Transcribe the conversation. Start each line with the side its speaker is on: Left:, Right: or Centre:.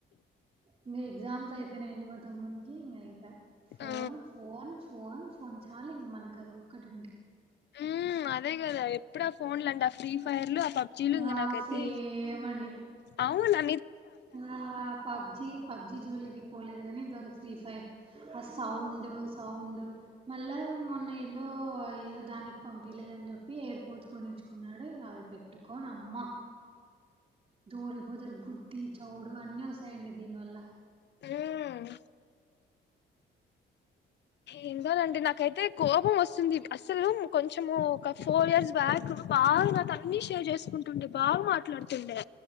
Right: ఇంకా ఎగ్జామ్స్ అయిపోయినాయండి మా తమ్ముకి ఇంకా అయిపోయా ఫోన్
Left: ఆ
Right: ఫోన్ ఫోన్ ఫోన్ చాలు ఇంకా మనకు అది ఒక్కటి ఉండే
Left: ఉ అదే కదా ఎప్పుడా ఫోన్లు అండి ఆ ఫ్రీ ఫైర్లు పబ్జీలు ఇంక
Right: ఆ
Left: నాకయితే
Right: సేమ్ అండి
Left: అవును నా
Right: ఆ పబ్జి పబ్జి జోలికి పోలేదు కానీ ఇంతవరకు ఫ్రీ ఫైర్ ఆ సౌండ్ సౌండ్ మళ్ళా మొన్న ఏందో ఏదో దానికి పంపిలేదని చెప్పి ఎయిర్పోర్ట్ కొనిచ్చుకున్నాడు ఇంక అవి పెట్టుకోని అమ్మ దూరిపోతారు గుడ్డి చవుడు అన్నీ వస్తాయండి దీని వల్ల
Left: మ్ ఏందోనండి నాకైతే కోపం వస్తుంది అసలు కొంచము ఒక ఫోర్ ఇయర్స్ బ్యాక్ బాగా అన్ని షేర్ చేసుకుంటుండే బాగా మాట్లాడుతుండే